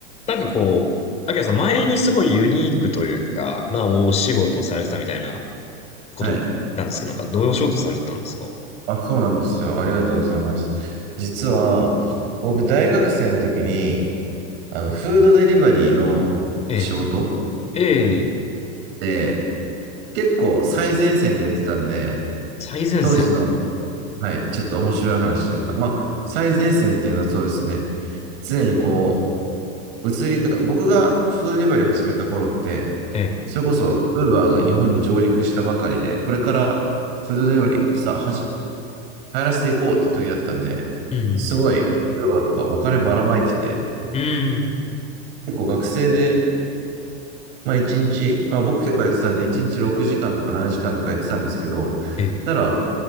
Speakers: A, on the left; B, on the right.
A: なんかこう、あきらさん前にすごいユニークというか、なお仕事をされてたみたいなことを聞いたんですけど、
B: はい。
A: なんかどういうお仕事されてたんですか
B: あ、そうなんですよ。ありがとうございます。実は、僕、大学生の時に、あの、フードデリバリーの仕事
A: ええ、ええ、
B: で、結構最前線でやってたんで、
A: 最前線。
B: 当時の、はい、ちょっと面白い話というか、まあ、最前線っていうのはそうですね。常にこう、移りが、僕がフードデリバリーを始めた頃って、
A: ええ、
B: それこそ、ウーバーが日本に上陸したばかりで、これからフードデリバリーさ、はじ流行らせていこうっていう時だったんで、
A: うん、
B: すごい、ウーバーとかお金ばらまいてて、
A: うん、うん、
B: 結構学生で、まあ一日、まあ僕結構やってたんで、一日6時間とか7時間とかやってたんですけど、
A: ええ、
B: ただ、